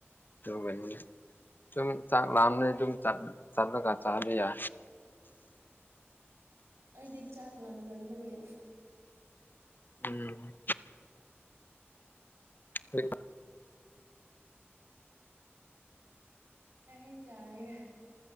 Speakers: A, on the left (about 45°); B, on the right (about 70°).
A: ꯇꯧꯕꯅꯤꯅꯦ ꯑꯗꯨꯨꯝ ꯆꯥꯛ ꯂꯥꯑꯝꯅꯤ ꯑꯗꯨꯨꯝ ꯆꯠꯂꯒ ꯆꯥꯕꯤ ꯌꯥ
B: ꯑꯩꯗꯤ ꯆꯥꯛ ꯂꯥꯝ ꯉꯟꯕꯒꯦ
A: ꯎꯝ ꯍ
B: ꯑꯦ ꯇꯔꯦ